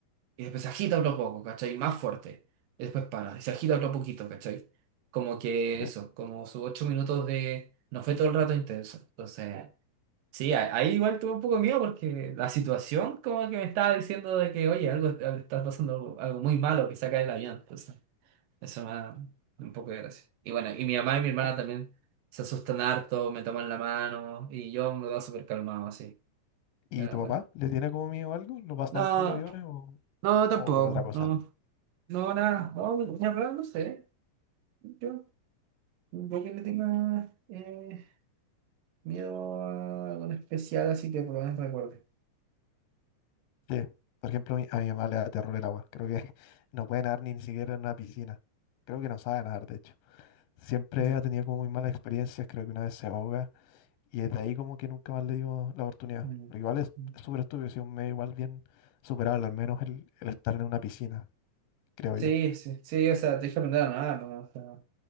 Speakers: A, on the right; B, on the left.
A: Y después se agita otro poco, ¿cachai? Más fuerte. Y después para. Y se agita otro poquito, ¿cachai? Como que
B: Sí.
A: eso, como sus ocho minutos de... No fue todo el rato intenso. Entonces, sí, a- ahí igual tuve un poco de miedo porque la situación como que me estaba diciendo de que, oye, algo está pasando algo, algo muy malo que saca el avión. Entonces, eso me da un poco de gracia. Y bueno, y mi mamá y mi hermana también se asustan harto, me toman la mano y yo me va súper calmado así.
B: ¿Y
A: Pero
B: tu papá
A: bueno.
B: le tiene como miedo a algo? ¿Lo pasa
A: No,
B: mal con los aviones o,
A: no, tampoco.
B: o con otra cosa?
A: no No, nada, no, en verdad no sé. Yo, yo que le tenga eh, miedo a algo en especial, así que por lo menos recuerde.
B: Sí. Por ejemplo, a mi, a mi mamá le da terror el agua. Creo que <laughs> no puede nadar ni, ni siquiera en una piscina. Creo que no sabe nadar, de hecho. Siempre
A: Mm,
B: ha tenido como muy malas experiencias. Creo que una vez se ahoga. Y desde ahí como que nunca más le dio la oportunidad.
A: mm,
B: Lo que igual es
A: mm.
B: es súper estúpido, si un medio igual bien superable, al menos el, el estar en una piscina, creo
A: Sí,
B: yo.
A: sí, sí, o sea, te dije aprender nada, no, o sea,